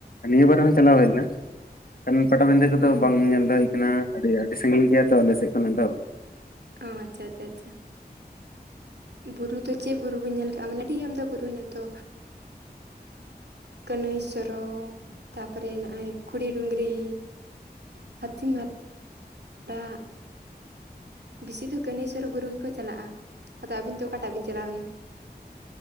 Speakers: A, on the left; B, on the right.
A: ᱱᱤᱭᱟᱹ ᱵᱟᱨ ᱦᱚᱸ ᱪᱟᱞᱟᱣ ᱦᱩᱭ ᱞᱮᱱᱟ ᱾ ᱠᱷᱟᱱ ᱯᱟᱴᱟᱵᱤᱸᱫᱟᱹ ᱠᱚᱫᱚ
B: ᱚ
A: ᱵᱟᱝ ᱧᱮᱞ ᱫᱚ ᱦᱩᱭ ᱠᱟᱱᱟ, ᱟᱹᱰᱤ ᱟᱹᱰᱤ ᱥᱟᱺᱜᱤᱧ ᱜᱮᱭᱟ ᱛᱚ ᱟᱞᱮ ᱥᱮᱫ ᱠᱷᱚᱱᱟᱜ ᱫᱚ᱾
B: ᱚ ᱟᱪᱪᱷᱟ ᱟᱪᱪᱷᱟ ᱟᱪᱪᱷᱟ᱾ ᱵᱩᱨᱩ ᱫᱚ ᱪᱮᱫ ᱵᱩᱨᱩ ᱵᱮᱱ ᱧᱮᱞ ᱠᱟᱜᱼᱟ? ᱢᱟᱱᱮ ᱟᱹᱰᱤ ᱟᱢᱫᱟ ᱵᱩᱨᱩ ᱦᱮᱱᱟ ᱛᱚ᱾ ᱠᱟᱹᱱᱟᱹᱭ ᱥᱚᱨᱚ ᱛᱟᱯᱚᱨᱮ ᱱᱟᱜᱼᱟᱭ ᱠᱷᱩᱲᱤ ᱰᱩᱝᱨᱤ᱾ ᱦᱟᱹᱛᱤᱢᱟ ᱨᱟᱜ ᱵᱤᱥᱤ ᱫᱚ ᱠᱟᱹᱱᱟᱹᱭ ᱥᱚᱨᱚ ᱵᱩᱨᱩ ᱜᱮᱠᱚ ᱪᱟᱞᱟᱜᱼᱟ᱾ ᱟᱫᱚ ᱟᱵᱤᱱ ᱫᱚ ᱚᱠᱟᱴᱟᱜ ᱵᱤᱱ ᱪᱟᱞᱟᱣ ᱞᱮᱱᱟ?